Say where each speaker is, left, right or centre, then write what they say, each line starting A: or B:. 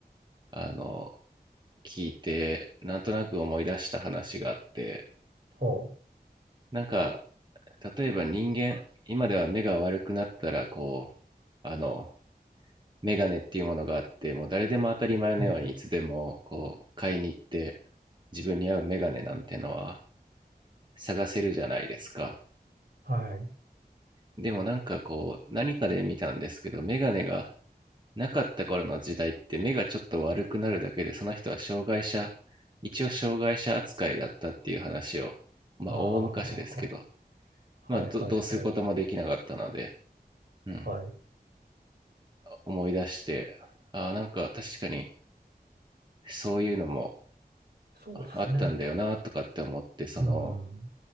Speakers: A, on the right; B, on the right.
A: あの、聞いてなんとなく思い出した話があって
B: ほ
A: なんか例えば人間今では目が悪くなったらこうあのメガネっていうものがあってもう誰でも当たり前のようにいつでもこう買いに行って
B: う。うん。
A: 自分に合うメガネなんてのは探せるじゃないですか
B: はい。
A: でもなんかこう何かで見たんですけどメガネがなかった頃の時代って目がちょっと悪くなるだけでその人は障害者一応障害者扱いだったっていう話をまあ大昔ですけど、
B: ああ、はあは
A: まあ、
B: あはいはいはい。
A: どどうすることもできなかったので、うん、
B: はい。
A: 思い出してああなんか確かにそういうのも
B: そうですね。
A: あったんだよなとかって思ってその
B: うん。